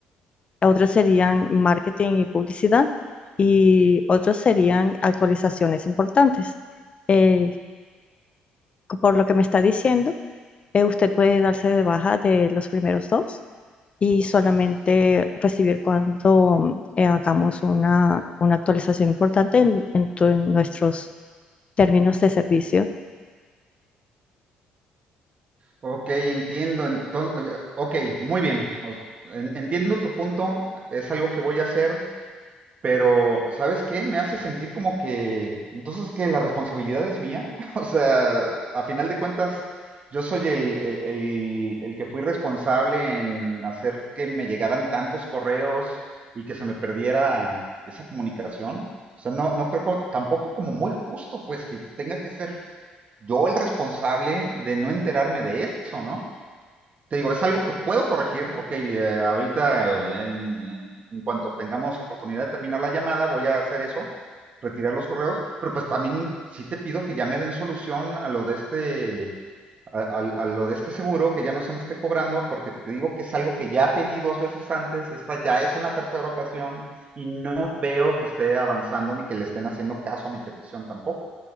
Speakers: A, on the left (about 35°); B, on the right (about 45°).
A: otras serían marketing y publicidad y otros serían actualizaciones importantes. Eh, por lo que me está diciendo, eh, usted puede darse de baja de los primeros dos y solamente recibir cuando mm, eh, hagamos una, una actualización importante en, en tu- en nuestros términos de servicio.
B: Ok, entiendo. Entonces, ok, muy bien. o- en- Entiendo tu punto, es algo que voy a hacer, pero ¿sabes qué? Me hace sentir como que, entonces que la responsabilidad es mía. <laughs> O sea, a final de cuentas, yo soy el, el, el- el que fui responsable en hacer que me llegaran tantos correos y que se me perdiera esa comunicación. O sea, no, no creo co- tampoco como muy justo, pues, que tenga que ser yo el responsable de no enterarme de eso, ¿no? te digo, es algo que puedo corregir. Ok, eh, ahorita eh, en, en cuanto tengamos oportunidad de terminar la llamada, voy a hacer eso, retirar los correos, pero pues también sí te pido que ya me den solución a lo de este, a, a- a lo de este seguro, que ya no se me esté cobrando, porque te digo que es algo que ya pedí dos veces antes, esta ya es una tercera ocasión, y no veo que esté avanzando ni que le estén haciendo caso a mi petición tampoco.